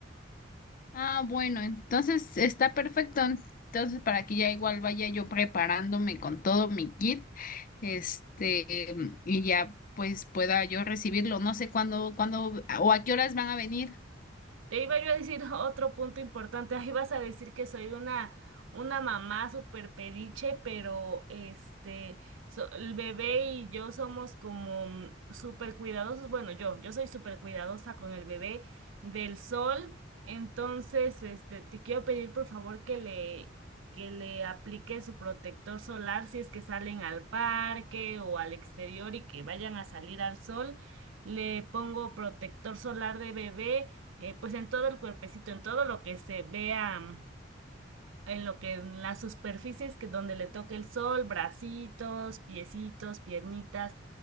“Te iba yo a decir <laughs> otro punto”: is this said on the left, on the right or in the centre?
Right